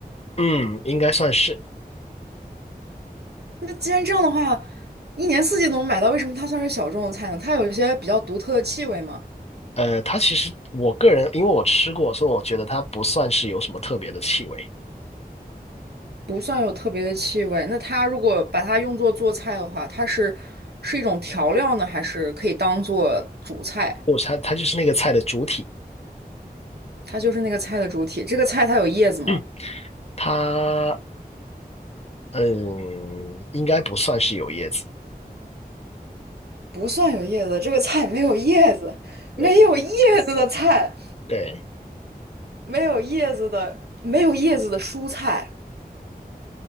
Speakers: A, on the left; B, on the right.
A: 嗯，应该算是。
B: 那既然这样的话，一年四季都能买到，为什么它算是小众的菜呢？它有一些比较独特的气味吗？
A: 呃，它其实我个人因为我吃过，所以我觉得它不算是有什么特别的气味，
B: 不算有特别的气味。那它如果把它用作做菜的话，它是是一种调料呢，还是可以当做主菜？
A: 不，它它就是那个菜的主体。
B: 它就是那个菜的主体。这个菜它有叶子吗？
A: 嗯它嗯应该不算是有叶子。
B: 不算有叶子，这个菜没有叶子，
A: 对
B: 没有叶子的菜，
A: 对，
B: 没有叶子的，没有叶子的蔬菜，